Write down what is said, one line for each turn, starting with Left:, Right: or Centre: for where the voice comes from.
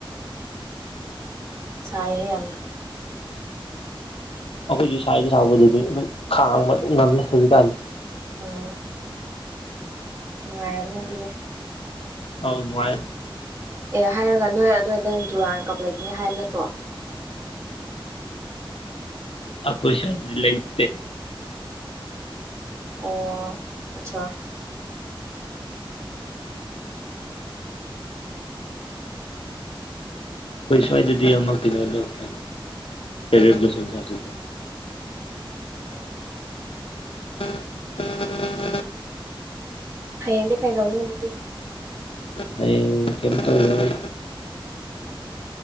Right: ꯆꯌꯦ ꯌꯥꯝꯅ
Left: ꯑꯩꯈꯣꯏꯁꯨ ꯁꯋꯥꯏꯗ ꯁꯥꯎꯕꯗꯤ ꯑꯗꯨꯝ ꯑꯗꯨꯝ ꯈꯥꯡꯕ ꯑꯗꯨꯝ ꯉꯝꯂꯦ ꯍꯧꯖꯤꯛꯀꯥꯟꯗꯤ
Right: ꯑꯣ ꯅꯨꯡꯉꯥꯏꯔꯕꯅꯤ ꯑꯗꯨꯗꯤ
Left: ꯍꯥꯎ ꯃꯥ
Right: ꯑꯦ ꯍꯥꯏꯔꯒ ꯅꯣꯏ ꯑꯗꯨꯋꯥꯏꯗꯅ ꯗꯨꯨꯔꯥꯟ ꯀꯞꯂꯒꯅꯤ ꯍꯥꯏꯕ ꯅꯠꯇ꯭ꯔꯣ
Left: ꯑꯈꯣꯁ ꯂꯩ ꯏꯇꯦ
Right: ꯑꯣ ꯑꯆꯥ
Left: ꯑꯩꯈꯣꯏ ꯁ꯭ꯋꯥꯏꯗꯗꯤ ꯑꯃꯛꯇꯤꯅꯦ ꯀꯅ ꯁꯦꯂꯕ꯭ꯔꯦꯁꯟ ꯁꯥꯗ
Right: ꯎꯝ
Left: ꯎ
Right: ꯍꯌꯦꯡꯗꯤ ꯀꯩꯗꯧꯅꯤ ꯑꯗꯨꯗꯤ
Left: ꯍꯌꯦꯡ ꯀꯩꯝ ꯇꯧ ꯌꯥꯔꯦ